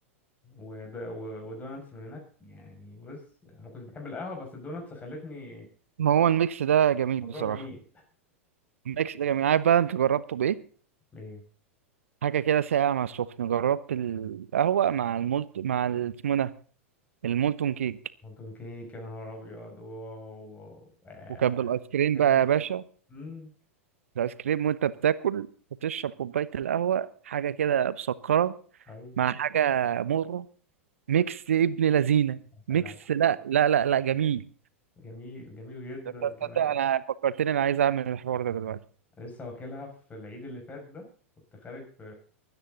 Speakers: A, on the left; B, on the right.
A: ود... و- ودوناتس من هناك يعني بص انا كنت بحب القهوه بس الدوناتس خلتني
B: ما هو الميكس ده جميل
A: الموضوع
B: بصراحه
A: جميل
B: الميكس ده جميل عارف بقى انت جربته بايه
A: ايه
B: حاجه كده ساقعه مع سخن جربت القهوه مع المولت مع ال- اسمه ده المولتون كيك
A: مولتون كيك يا نهار ابيض واو واو آه.
B: وكبد الايس كريم
A: جميل
B: بقى
A: جدا
B: يا باشا
A: امم
B: الايس كريم وانت بتاكل وتشرب كوبايه القهوه حاجه كده مسكره
A: طيب
B: مع حاجه مره ميكس ابن لذينه
A: يا سلام
B: ميكس لا لا لا لا جميل
A: جميل جميل جدا
B: تصدق
A: كمان
B: انا فكرتني انا عايز اعمل الحوار ده دلوقتي
A: لسه واكلها في العيد اللي فات ده كنت خارج في